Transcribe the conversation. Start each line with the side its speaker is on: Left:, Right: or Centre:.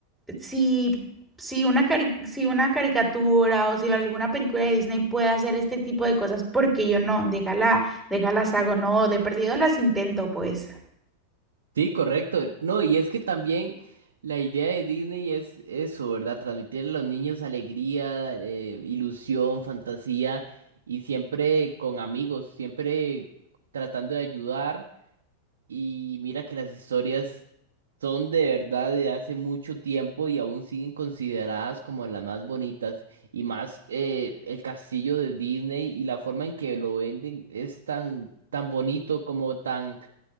Centre: si, si una cari- si una caricatura o si alguna película de Disney puede hacer este tipo de cosas, porque yo no? Déjala, déjalas hago, no, de perdido las intento, pues.
Right: Sí, correcto. No, y es que también la idea de Disney es eso, ¿verdad? Transmitir a los niños alegría, eh, ilusión, fantasía y siempre con amigos, siempre tratando de ayudar. Y mira que las historias son de verdad de hace mucho tiempo y aún siguen consideradas como las más bonitas. Y más eh, el castillo de Disney y la forma en que lo venden es tan, tan bonito como tan